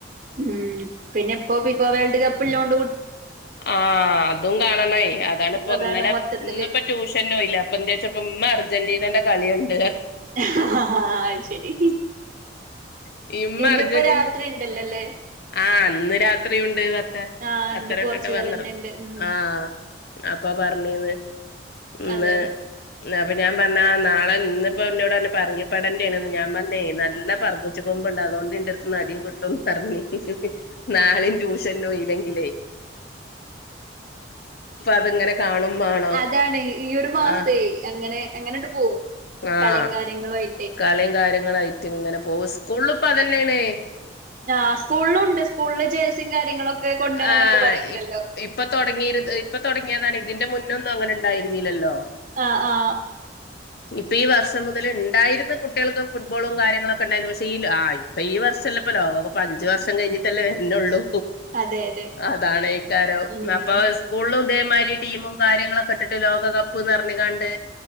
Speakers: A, on the right; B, on the left.
A: ഉം പിന്നെ ഇപ്പോ ഫിഫവേൾഡ് കപ്പള്ളൊണ്ട്
B: ആഅതും കാണണയ് അതാണ്പ്പ
A: അതാണ്
B: ഇന്നലെ
A: മൊത്തത്തില്
B: ഇന്ന്പ്പോ ട്യൂഷനും ഇല്ല അപ്പൊ എന്തച്ചപ്പ ഇമ്മ അർജന്റീനന്റെകാളീണ്ട്
A: ആ അത് ശരി
B: ക ഇമ്മ
A: ഇന്നിപ്പോ
B: അർജന്റി
A: രാത്രി ഉണ്ടല്ലോല്ലേ
B: ആന്ന് രാത്രി ഉണ്ട് പത്ത
A: ആഹ്
B: പത്തരൊട്ട
A: ഇണ്ട് പോർച്ചുഗലിന്റെ
B: വന്നരം
A: ഇണ്ട് ഉം
B: ആ അപ്പൊ പറഞ്ഞീന്ന്
A: അതാണ്
B: ന്ന് <unintelligible> ഞാൻ പറഞ്ഞ ആ നാളെന്നിപ്പോ എന്നന്നോട്ന്നെ പറഞ്ഞിപ്പടേണ്ടെന്ന് ഞാൻ പറഞ്ഞേ നല്ല പറിച്ചു കൊമ്പ്ണ്ട് അതുകൊണ്ട്ന്റെറടുത്ത്ന്ന് നടിയും കി ട്ടുംന്ന് പറഞ്നാളെമ് ട്യൂഷനോ ഇല്ലെങ്ക ല്ലെ അതിങ്ങനെ കാണും വേണോ
A: ആഅതാണ് ഈ ഒരു മാസേ
B: ആഹ്
A: അങ്ങനെ അങ്ങനെട്ട് പോകും
B: ആഹ്
A: കളിയും കാര്യങ്ങളുംആയി
B: കളിയും കാര്യങ്ങളായിട്ട്ങ്ങനെ പോവാ സ്കൂളിപ്പതന്നെയണേ
A: ആ സ്കൂളിലുണ്ട് സ്കൂളിൽ ജേഴ്സിയും കാര്യങ്ങളൊക്കെ കൊണ്ടുവരാനൊക്കെ
B: ആ
A: പറയണ്ടല്ലോ
B: ഇ ഇപ്പൊ തുടങ്ങിയിര ഇപ്പൊ തുടങ്ങിയതാണ് ഇതിന്റെ- മുന്നൊന്നും അങ്ങനെ ഉണ്ടായിരുന്നില്ലല്ലോ
A: ആ ആ
B: ഇപ്പൊ ഈ വർഷം മുതല് ണ്ടായിര്ന്ന കുട്ട്യ ൾക്ക് ഫുട്ബോളും കാര്യങ്ങളൊക്കെ ണ്ടായിന്നു പക്ഷെ ഈ ഇപ്പൊ ഈ വർഷല്ലപ്പൊ ലോകപ്പ് അഞ്ചു വർഷം കഴിഞ്ഞിട്ടല്ലേ വര് നൊള്ളൂ
A: അതെ അതെ
B: അതാണേക്കാരം
A: ഉം
B: ന്നപ്പം സ്കൂളിലു തേ മാരി ടീമും കാര്യങ്ങളൊക്കെ ഇട്ടിട്ട് ലോകകപ്പ് ന്ന് പർഞ്ഞിങ്ങാണ്ട്